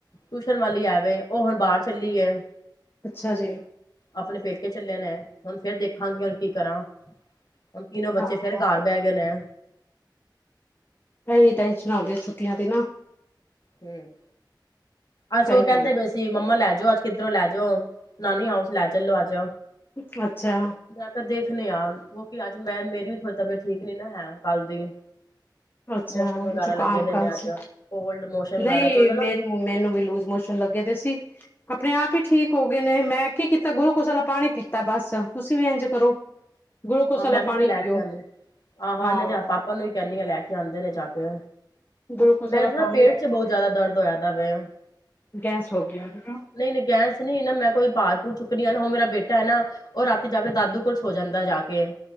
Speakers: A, on the left (about 55°); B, on the left (about 25°).
A: ਟਿਊਸ਼ਨ ਵਾਲੀ ਹੈ ਵੇ ਉਹ ਹੁਣ ਬਾਹਰ ਚੱਲੀ ਹੈ
B: ਅੱਛਾ ਜੀ
A: ਆਪਣੇ ਪੇਕੇ ਚੱਲੇ ਨੇ ਹੁਣ ਫੇਰ ਦੇਖਾਂਗੇ ਹੁਣ ਕੀ ਕਰਾਂ ਹੁਣ ਤਿੰਨੋ ਬੱਚੇ
B: ਹਾਂ
A: ਫੇਰ ਘਰ ਬਹਿ ਗਏ ਨੇ
B: ਇਹੀ ਟੈਨਸ਼ਨਾ ਹਉਂਦੀਆਂ ਛੁੱਟੀਆਂ ਦੀ ਨਾ
A: ਹਮ ਅਜ
B: ਸਹੀ
A: ਉਹ ਕਹਿੰਦੇ
B: ਗੱਲ
A: ਪਏ ਸੀ ਮੰਮਾ ਲੈ ਜੋ ਅੱਜ ਕਿੱਧਰੋਂ ਲੈ ਜੋ, ਨਾਨੀ ਹਾਊਸ ਲੈ ਚਲੋ ਅੱਜ।
B: ਹੈ ਅੱਛਾ
A: ਮੈਂ ਤਾਂ ਦੇਖਣੇ ਆ ਕਿਉਂਕਿ ਅੱਜ ਮੈਂ ਮੇਰੀ ਵੀ ਹੋਰ ਤਬੀਅਤ ਠੀਕ ਨੀ ਨਾ ਹੈ ਕੱਲ ਦੀ।
B: ਅੱਛਾ
A: ਮੋਸ਼ਨ ਵਗੈਰਾ
B: ਜ਼ੁਕਾਮ
A: ਲੱਗੇ ਦੇ
B: ਖਾਂਸੀ
A: ਨੇ ਅੱਜ ਕੋਲਡ ਮੋਸ਼ਨ ਵਗੈਰਾ
B: ਨਹੀਂ,
A: ਥੋੜਾ ਜਾ ਨਾ
B: ਮੈਨੂੰ ਮੈਨੂੰ ਵੀ ਲੂਜ ਮੋਸ਼ਨ ਲੱਗੇ ਦੇ ਸੀ ਆਪਣੇ ਆਪ ਹੀ ਠੀਕ ਹੋ ਗਏ ਨੇ ਮੈਂ ਕੀ ਕੀਤਾ ਗੁਲੂਕੋਜ਼ ਵਾਲਾ ਪਾਣੀ ਪੀਤਾ ਬਸ ਤੁਸੀਂ ਵੀ ਇੰਝ ਕਰੋ। ਗਲੂਕੋਸ
A: ਹਾਂ,
B: ਵਾਲਾ
A: ਮੈਂ ਵੀ
B: ਪਾਣੀ
A: ਤੇ ਲੈ
B: ਪੀਓ
A: ਕੇ ਆਣੀ ਹਾਂ ਆਹੋ
B: ਹਾਂ
A: ਇਹਨਾਂ ਦੇ ਪਾਪਾ ਨੂੰ ਵੀ ਕਹਿੰਦੀ ਆ ਲੈ ਕੇ ਜਾਂਦੇ ਨੇ ਜਾ ਕੇ।
B: ਗਲੂਕੋਸ
A: ਮੈਂ
B: ਵਾਲਾ
A: ਤਾਂ
B: ਪਾਣੀ
A: ਪੇਟ ਚ ਬਹੁਤ ਜ਼ਿਆਦਾ ਦਰਦ ਹੋਇਆ ਤਾਂ ਪਇਆ
B: ਗੈਸ ਹੋ ਗਈ ਉਹਨੂੰ।
A: ਨਹੀਂ ਨਹੀਂ ਗੈਸ ਨਹੀਂ ਨਾ ਮੈਂ ਕੋਈ ਪਾ। ਚੁੱਕਦੀਆਂ ਨਾ ਉਹ ਮੇਰਾ ਬੇਟਾ ਐ ਨਾ ਉਹ ਰਾਤੀ ਜਾ ਕੇ ਦਾਦੂ ਕੋਲ ਸੌ ਜਾਂਦਾ ਜਾ ਕੇ। ਕੇ।